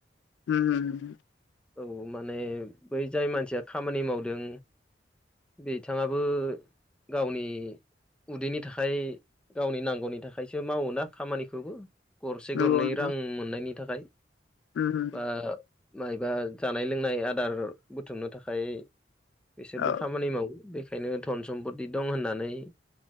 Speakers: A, on the left; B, in the centre.
A: उम उम उम।
B: औ माने बै जाय मानसिया खामानि मावदों बिथाङाबो गावनि उदैनि थाखाय गावनि नांगौनि थाखायसो मावोना। खामानिखौबो गरसे
A: नंगौ
B: गरनै
A: नोंथां
B: रां मोननायनि थाखाय
A: उम उम
B: बा मायबा जानाय लोंनाय आदार बुथुमनो थाखाय बिसोरबो
A: औ
B: खामानि मावो। बेखायनो धन सम्पति दं होननानै